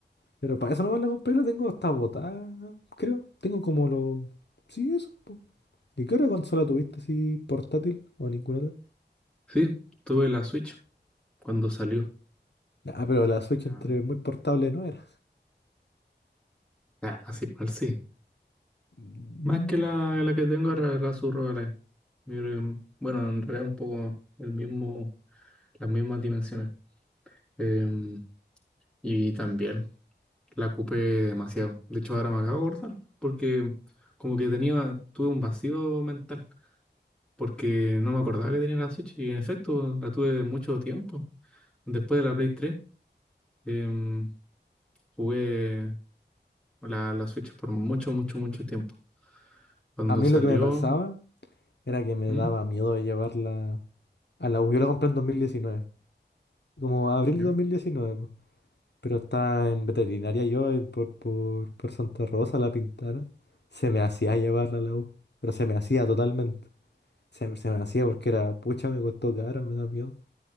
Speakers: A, on the left; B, in the centre.
A: pero para eso nomás la compré, la tengo hasta botada, creo. Tengo como lo... Sí, eso. po. ¿Y qué otra consola tuviste así portátil o ninguna otra?
B: Sí, tuve la Switch cuando salió.
A: Ah, pero la Switch
B: Ah.
A: entre muy portable no era.
B: Ah, así mal sí.
A: Mm.
B: Más que la, la que tengo era la subrogaray. Yo creo que, mm, bueno, en realidad un poco el mismo, las mismas dimensiones. Em, y también la ocupé demasiado. De hecho, ahora me acabo de acordar, porque como que tenía, tuve un vacío mental, porque no me acordaba que tenía la Switch. Y en efecto, la tuve mucho tiempo. Después de la Play 3, em, jugué la, la Switch por mucho, mucho, mucho tiempo. Cuando
A: A mí
B: salió,
A: lo que me pasaba era que me
B: ¿Mm?
A: daba miedo de llevarla a la U. Yo la compré en dos mil diecinueve como abril
B: ¿Yo?
A: de 2019, po. Pero estaba en veterinaria yo, eh, por, por, por Santa Rosa, la pintara. Se me hacía llevarla a la U, pero se me hacía totalmente. Se, se me hacía porque era, pucha, me costó caro, me da miedo.